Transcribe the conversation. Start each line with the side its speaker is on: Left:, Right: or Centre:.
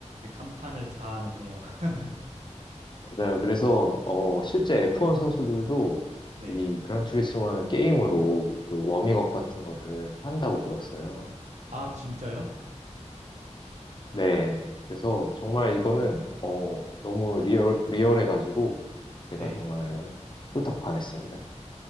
Right: 감탄을 자아내네요. <laughs>
Left: 맞아요. 그래서 어 실제 F1 선수들도
Right: 네.
Left: 이 그란투리스모라는 게임으로 그 워밍업 같은 거를 한다고 들었어요.
Right: 아, 진짜요?
Left: 네. 그래서 정말 이거는 어 너무 리얼 리얼해가지고 제가
Right: 네.
Left: 정말 홀딱 반했습니다.